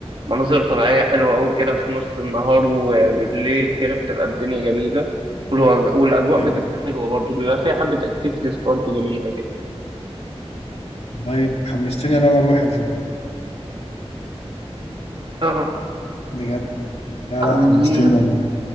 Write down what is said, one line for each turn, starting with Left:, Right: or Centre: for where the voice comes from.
Right: مناظر طبيعية حلوة أوي كده في نص النهار وبالليل كده بتبقى الدنيا جميلة والوج- والأجواء
Left: جامد
Right: بتبقى حلوة برضو بيبقى فيها حبة أكتيفيتيز برضو جميلة كده
Left: والله انت حمستني ان انا اروح يا جو
Right: آه،
Left: بجد لا
Right: خلينا
Left: لا حمستني والله